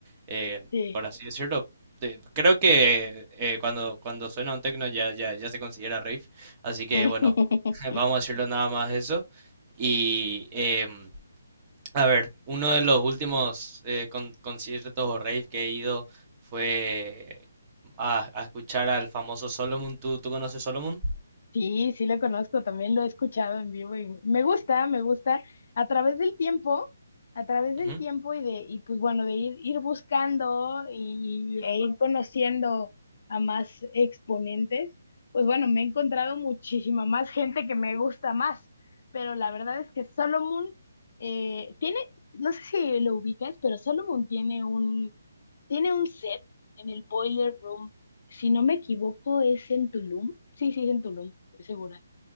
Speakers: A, on the right (about 20°); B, on the left (about 45°).
A: eh,
B: Sí.
A: por así decirlo. Te- Creo que eh, cuando, cuando suena un techno ya, ya, ya se considera rave. Así que
B: <laughs>
A: bueno, <laughs> vamos a decirlo nada más eso. Y... em, a ver, uno de los últimos eh, con- conciertos o rave que he ido fue a, a escuchar al famoso Solomon. ¿Tú, tú conoces Solomon?
B: Sí, sí lo conozco, también lo he escuchado en vivo y me gusta, me gusta a través del tiempo, a través
A: Ujú.
B: del tiempo y de, y pues bueno, de ir, ir buscando y, e ir conociendo a más exponentes, pues bueno, me he encontrado muchísima más gente que me gusta más, pero la verdad es que Solomon eh, tiene, no sé si lo ubicas, pero Solomon tiene un Tiene un set en el Boiler Room. Si no me equivoco, es en Tulum. Sí, sí, es en Tulum, estoy segura.